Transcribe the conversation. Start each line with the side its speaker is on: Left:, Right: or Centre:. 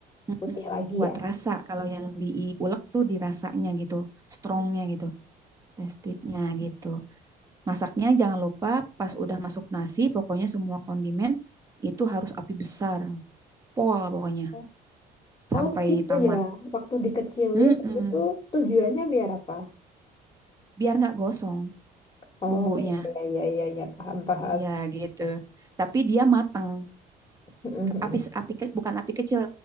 Right: mm-mm.
Left: putih lagi
Right: Buat
Left: ya.
Right: rasa kalau yang diulek tuh dirasanya gitu, strongnya
Left: Ah.
Right: gitu, testednya gitu. Masaknya jangan lupa pas udah masuk nasi, pokoknya semua kondimen itu harus api besar, pol pokoknya
Left: Oh,
Right: sampai
Left: oh, tadi itu
Right: tamat.
Left: ya, waktu dikecilin
Right: Mm-mm.
Left: itu tujuannya biar apa?
Right: Biar nggak gosong
Left: Oh
Right: bumbunya.
Left: iya iya iya iya, iya. paham paham.
Right: Iya gitu. Tapi dia matang.
Left: <laughs>
Right: api api ke- bukan api kecil